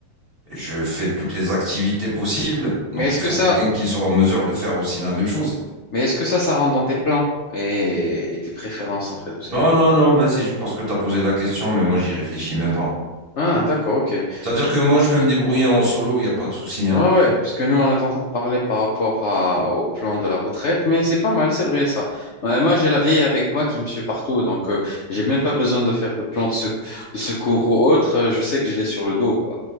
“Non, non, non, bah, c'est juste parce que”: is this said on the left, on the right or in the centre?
Right